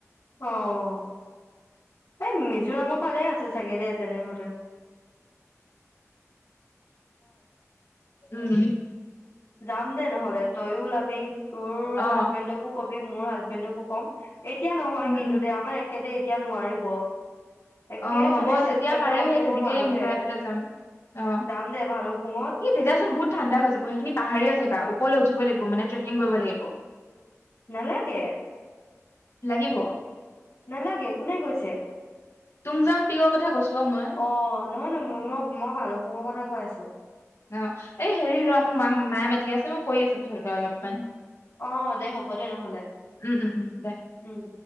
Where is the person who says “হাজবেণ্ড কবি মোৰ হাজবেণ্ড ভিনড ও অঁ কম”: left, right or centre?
Left